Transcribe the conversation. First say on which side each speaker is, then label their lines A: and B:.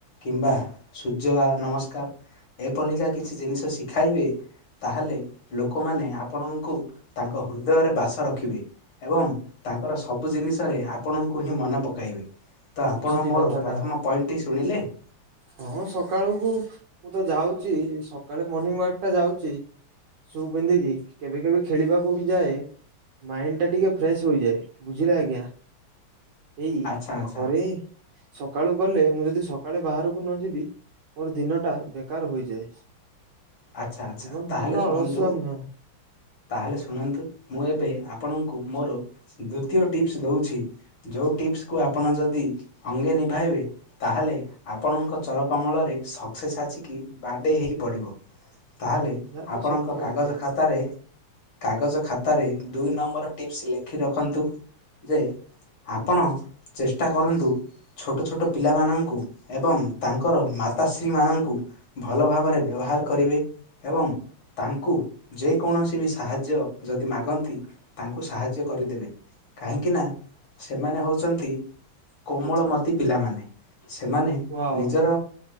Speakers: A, on the left; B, on the right.
A: କିମ୍ବା ସୂର୍ଯ୍ୟଆ ନମସ୍କାର ଏଭଳିିକା କିଛି ଜିନିଷ ଶିଖାଇବେ। ତାହେଲେ ଲୋକମାନେ ଆପଣଙ୍କୁ ତାଙ୍କ ହୃଦୟରେ ବାସ ରଖିବେ। ଏବଂ ତାଙ୍କର ସବୁ ଜିନିଷରେ ଆପଣଙ୍କୁ ହିଁ ମନେ ପକାଇବେ। ତ
B: ବୁଝିଲି
A: ଆପଣ ମୋର
B: କଥାଟା
A: ପ୍ରଥମ ପଏଣ୍ଟଟି ଶୁଣିଲେ ।
B: ହଁ ସକାଳକୁ ମୁଁ ତ ଯାଉଛି ସକାଳେ ମର୍ଣିିଂ ୱାକ ଟା ଯାଉଛି। ସୁ ପିନ୍ଧ କିି କେବେ କେବେ ଖେଳିବାକୁ ବି ଯାଏ। ମାଇଣ୍ଡ ଟା ଟିକେ ଫ୍ରେଶ ହୋଇଯାଏ ବୁଝିଲେ ଆଜ୍ଞା। ଏଇ
A: ଆଚ୍ଛା ଆଚ୍ଛା
B: ଘରେ ସକାଳୁ ଗଲେ ମୁଁ ଯଦି ସକାଳେ ବାହାର କୁ ନ ଯିବି ମୋର ଦିନ ଟା ବେକାର ହୋଇଯାଏ।
A: ଆଚ୍ଛା ଆଚ୍ଛା
B: <unintelligible>
A: ତାହେଲେ ଶୁଣନ୍ତୁ ତାହେଲେ ଶୁଣନ୍ତୁ ମୁଁ ଏବେ ଆପଣଙ୍କୁ ମୋର ଦ୍ଵିତୀୟ ଟିପ୍ସ ଦଉଛି । ଯୋଉ ଟିପ୍ସକୁ ଆପଣ ଯଦି ଅଙ୍ଗେ ନିଭାଇବେ ତାହେଲେ ଆପଣଙ୍କ ଚର କମଳରେ ରେ ସକ୍ସେସ ଆଛିକି ବାଡେଇ ହେଇ ପଡିବ। ତାହେଲେ
B: ଯାହା ତ
A: ଆପଣଙ୍କ
B: ସତ୍ୟ ବଟେ
A: କାଗଜ ଖାତାରେ କାଗଜ ଖାତାରେ ଦୁଇ ନମ୍ବର ଟିପ୍ସ ଲେଖି ରଖନ୍ତୁ ଯେ ଆପଣ ଚେଷ୍ଟା କରନ୍ତୁ ଛୋଟ ଛୋଟ ପିଲାମାନଙ୍କୁ ଏବଂ ତାଙ୍କର ମାତାଶ୍ରୀମାନଙ୍କୁ ଭଲ ଭାବରେ ବ୍ୟବହାର କରିବେ ଏବଂ ତାଙ୍କୁ ଯେକୌଣସି ବି ସାହାଯ୍ୟ ଯଦି ମାଗନ୍ତି ତାଙ୍କୁ ସାହାଯ୍ୟ କରିଦେବେ କାହିଁକିନା ସେମାନେ ହଉଛନ୍ତି କୋମଳମତି ପିଲାମାନେ ସେମାନେ
B: ୱାଓ।
A: ନିଜର